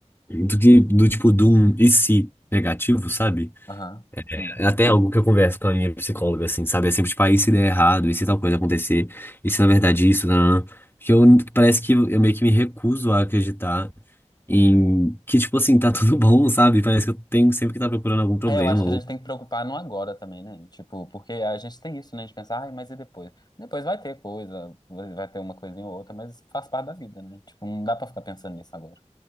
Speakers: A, on the left; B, on the left.
A: do que, do tipo, do um e se negativo, sabe?
B: Aham. Hum.
A: É até algo que eu converso com a minha psicóloga, assim, sabe? É sempre, tipo, ah, e se der errado, e se tal coisa acontecer, e se na verdade isso, não, Porque eu, parece que eu meio que me recuso a acreditar em que, tipo assim, tá tudo <laughs> bom, sabe? Parece que eu tenho sempre que tá procurando algum problema,
B: É, eu acho que a gente tem que preocupar no agora também, né? Tipo, porque a gente tem isso, né? A gente pensa, ai, mas e depois? Depois vai ter coisa, vai vai ter uma coisinha ou outra, mas isso faz parte da vida, né? Tipo, não dá pra ficar pensando nisso agora.